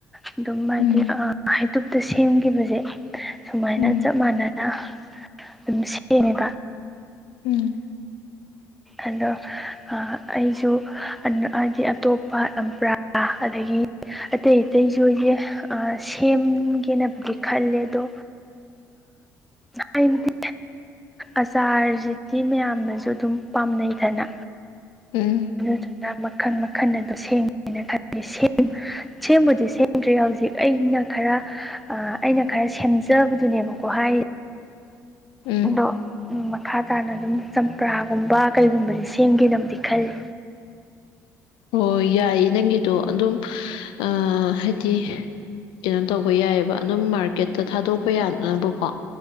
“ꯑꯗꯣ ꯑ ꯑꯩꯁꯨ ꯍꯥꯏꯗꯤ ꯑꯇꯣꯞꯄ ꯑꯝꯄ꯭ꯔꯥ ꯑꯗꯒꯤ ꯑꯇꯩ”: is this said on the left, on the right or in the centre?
Centre